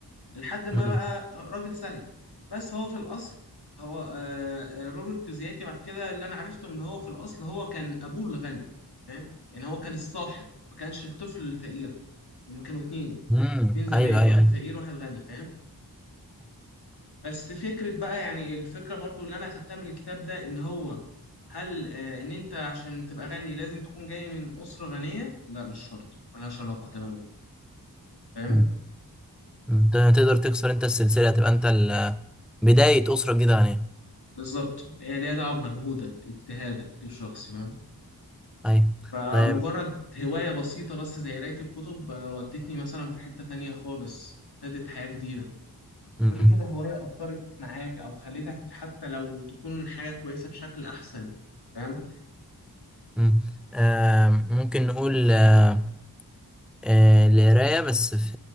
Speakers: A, on the left (about 80°); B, in the centre.
A: لحد ما
B: مم.
A: بقى راجل سلج بس هو في الأصل هو آه، آه، روبرت كيوساكي بعد كده اللي أنا عرفته إن هو في الأصل هو كان أبوه الغني فاهم يعني هو كان الصاحب ما كانش الطفل الفقير هما كانوا اتنين
B: مم.
A: اتنين زمايل
B: ايوه ايوه
A: واحد
B: ايوه
A: فقير واحد غني فاهم بس فكرة بقى يعني الفكرة برضو اللي أنا خدتها من الكتاب ده إن هو هل آه، إن أنت عشان تبقى غني لازم تكون جاي من أسرة غنية؟ لا مش شرط ملهاش علاقة تماما فاهم
B: أيوة. انت تقدر تكسر انت السلسلة تبقى انت ال- بداية أسرة جديدة غنية
A: بالظبط هي ليها دعوة بمجهودك اجتهادك الشخصي فاهم
B: أيوة
A: فمجرد
B: طيب
A: هواية بسيطة بس زي قراية الكتب آه، ودتني مثلا في حتة تانية خالص ابتدت حياة جديدة
B: م-
A: قول لي كده هواية أثرت معاك أو خلتك حتى لو تكون حاجة كويسة بشكل أحسن فاهم
B: م- آه، ممكن نقول آه، آه، القراية بس في